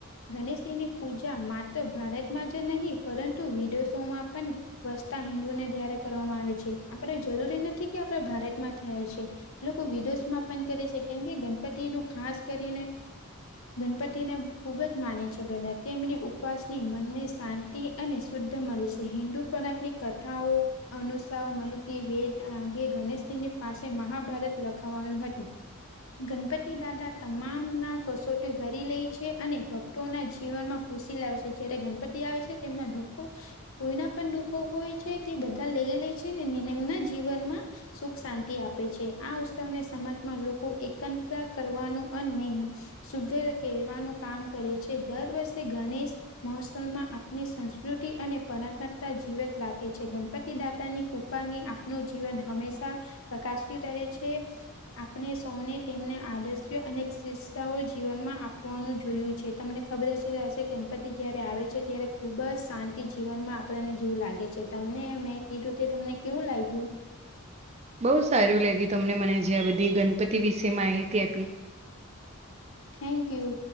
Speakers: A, on the left; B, on the right.
A: ગણેશજીની પૂજા માત્ર ભારતમાં જ નહીં પરંતુ વિદેશોમાં પણ વસ્તા હિન્દુને ધ્યારે કરવામાં આવે છે આપડ જરૂરી નથી કે આપડ ભારતમાં થાય છે લોકો વિદોષમાપન કરે છે કેમ કે ગણપતિ નું ખાસ કરીને ગણપતિને ખૂબ જ માને છે બધા તેમની ઉપવાસની મનને શાંત અને શુદ્ધ મળે છે હિન્દુ પરાકની કથાઓ અનુષ વેદ અંગે ગણેશજીની પાસે મહાભારત લખાવાનુંું હતું ગણપતિ દાદા તમામ ના કસોટી હરી લઈ છે અને ભક્ ના જીવનમાં ખુશી લાવશે જયારે ગણપતિ આવે છે તેમના દુઃખ કોઈના પણ દુઃખો હોય છે તે બધા લઈ લે છે ને એમના જીવનમાં સુખ શાંતિ આપે છે આ ઉત્સવને સમાજમાં લોકો એકતા કરવાનું અને નહી શુદ્ધ કેરવાનું કામ કરે છે દર વર્ષે ગણેશ મહોત્સવમાં આપની સંસ્કૃતિ અને પરંપરાતા જીવત રાખે છે ગણપતિ દાતાની કુ ની આપનું જીવન હંમેશા પ્રકાશી રહે છે આપણે સૌને તેમને આદર્શ્યો અને શિક્ષાઓ જીવનમાં આપવાનું જોયું છે તમને ખબર છે કે હશે ગણપતિ જય્યારે આવે છે ત્યારે ખૂબ જ શાંતિ જીવનમાં આપણને જવું લાગે છે તમને મેં કીધું તે તમને કેવું લાગ્યું
B: બહુ સારું લાગ્યું તમને મને જે આ બધી ગણપતિ વિશે માહિતી આપી
A: થેન્ક યુ